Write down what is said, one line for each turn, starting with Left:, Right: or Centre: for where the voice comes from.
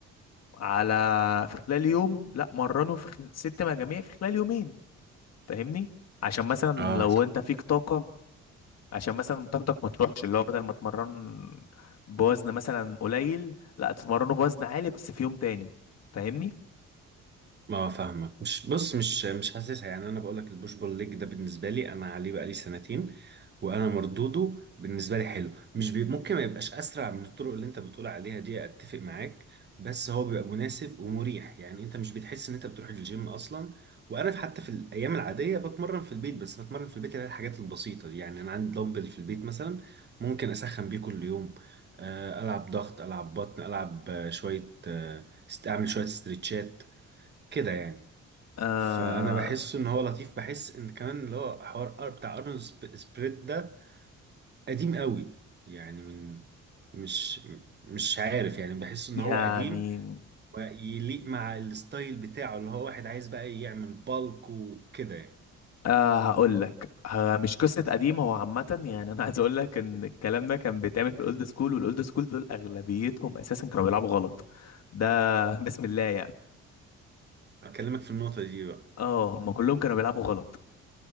Left: على في خلال يوم لا مرنه في خل- ست مجاميع في خلال يومين فاهمني عشان مثلا
Right: اه
Left: لو انت فيك طاقة عشان مثلا طاقتك ما تروحش اللي هو بدل ما تمرن بوزن مثلا قليل لا تتمرنه بوزن عالي بس في يوم تاني فاهمني
Right: ما فاهمك مش بص مش مش حاسسها يعني انا بقول لك البوش بول ليج ده بالنسبه لي انا عليه بقالي سنتين وانا مردوده بالنسبه لي حلو مش بي ممكن ما يبقاش اسرع من الطرق اللي انت بتقول عليها دي اتفق معاك بس هو بيبقى مناسب ومريح يعني انت مش بتحس ان انت بتروح الجيم اصلا وانا في- حتى في الايام العاديه بتمرن في البيت بس بتمرن في البيت اللي هي الحاجات البسيطه دي يعني انا عندي دمبل في البيت مثلا ممكن اسخن بيه كل يوم آه، العب ضغط العب بطن العب آه، شويه آه، است- اعمل شويه استرتشات كده يعني
Left: آه
Right: فانا بحس ان هو لطيف بحس ان كمان اللي هو حوار أر- بتاع ارنولد سب- سبريد ده قديم قوي يعني من مش مش عارف يعني بحس ان
Left: يعني
Right: هو قديم ويليق مع الستايل بتاعه اللي هو واحد عايز بقى يعمل بالك وكده يعني
Left: آه هقول لك آه مش قصة قديمة هو عامة يعني انا عايز اقول لك ان الكلام ده كان بيتعمل في الاولد سكول والاولد سكول دول اغلبيتهم اساسا كانوا بيلعبوا غلط ده <laughs> بسم الله يعني
Right: اكلمك في النقطة دي بقى
Left: اه هم كلهم كانوا بيلعبوا غلط